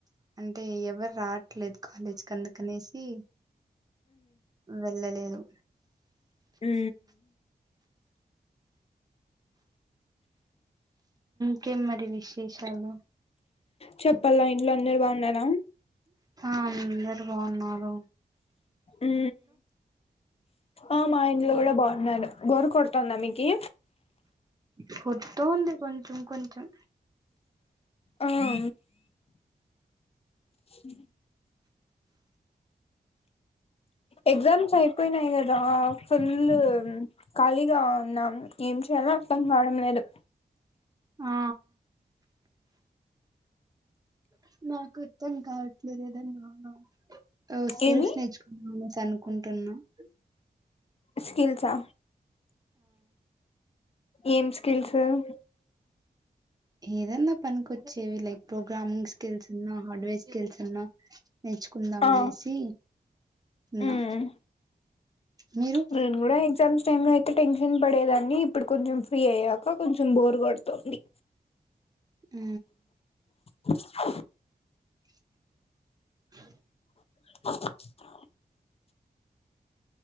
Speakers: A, on the right (about 25°); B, on the left (about 40°).
A: అంటే ఎవరు రావట్లేదు కాలేజ్ కందకనేసి వెల లే ే
B: ఉ
A: కం మరి విశేషాలు
B: చెప్పాలా ఇంట్లో అందరు బాగున్నారా
A: అందరుగాా ఉన్నారు
B: ఉ ఆ మా ఇంట్లో కూడా బాగున్నారును గోరు కొడతాంద మీకి
A: ఫుటు ఉంది కొంచెం కొంచెం
B: ఆఆ ఉహ ఎగ్జామ్స్ అయిపోయినాయి గా ద ఫుల్ ఖాళీగా ఉన్నాం ఏం చేయాలో అర్థం కావడం లేదు
A: ఆ సింగ్ నాకు అర్థం కావట్లేదు ఏదన్నా స్కిల్స్
B: ఏమి
A: నేర్చుకుంద అనేసి అనుకుంటున్నా నే
B: స్టిల్స్ ఆ ఏం స్కిల్స్ ఉ న
A: ఏదన్నా పని వస్తే చ్చేవిలైక్ ప్రోగ్రామింగ్ స్కిల్స్ ఉన్నా హార్డ్వేర్ స్కిల్స్ ఉన్న నేర్చుకుందాం
B: ఆ
A: అనేసి ఉన్నా
B: ఉమ్
A: మీరు
B: నేను కూడా ఎగ్జామ్స్ టైం లో అయితే టెన్షన్ పడేదాన్ని ఇప్పుడు కొంచెం ఫ్రీ అయ్యా సో కొంచెం బోర్ కొడుతుంది
A: ఉ
B: ఉ చ
A: చి ఛే
B: చు